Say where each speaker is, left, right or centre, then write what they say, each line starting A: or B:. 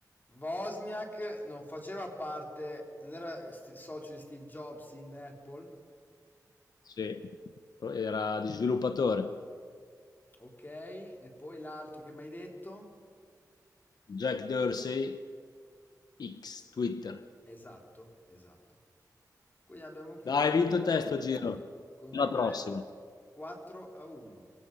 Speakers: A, on the left; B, on the left.
A: Wozniak non faceva parte, non era st- socio di Steve Jobs in Apple.
B: sì. Era di sviluppatore.
A: Ok, e poi l'altro che mi hai detto?
B: Jack Dorsey, X, Twitter.
A: Esatto, esatto. Quindi abbiamo chiuso
B: Dai, hai vinto te sto giro.
A: con
B: Alla
A: un bel
B: prossima.
A: 4 a 1.